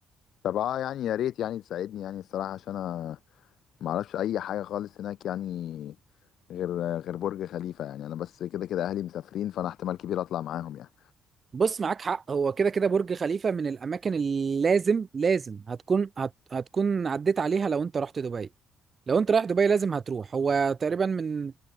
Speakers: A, on the left (about 75°); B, on the right (about 40°).
A: طب اه يعني يا ريت يعني تساعدني يعني الصراحة عشان انا ما اعرفش اي حاجة خالص هناك يعني غير غير برج خليفة يعني انا بس كده كده اهلي مسافرين فانا احتمال كبير اطلع معاهم يعني
B: بص معاك حق هو كده كده برج خليفة من الأماكن اللي لازم لازم هتكون هت هتكون عديت عليها لو أنت رحت دبي لو أنت رايح دبي لازم هتروح هو تقريبا من